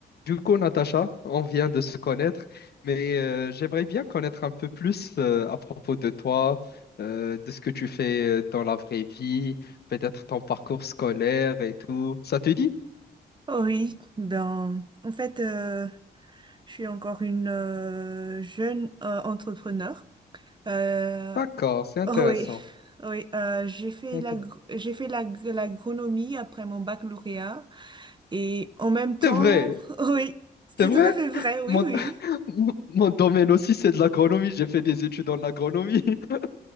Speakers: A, on the left; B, on the right.
A: Du coup, Natacha, on vient de se connaître, mais euh, j'aimerais bien connaître un peu plus euh, à propos de toi, euh, de ce que tu fais euh, dans la vraie vie, peut-être ton parcours scolaire et tout. Ça te dit?
B: Oh Oui, ben, en fait, euh, je suis encore une euh, jeune euh, entrepreneur. Euh,
A: D'accord, c'est intéressant.
B: oh oui, oh oui, euh, j'ai fait
A: Intéressant.
B: la, j'ai fait la, l'agronomie après mon baccalauréat et en même temps,
A: C'est vrai,
B: <laughs> oui, c'est
A: c'est vrai.
B: tout à fait vrai, oui,
A: Mon,
B: oui.
A: <laughs> mon mon domaine aussi, c'est de l'agronomie. J'ai fait des études en agronomie. <laughs>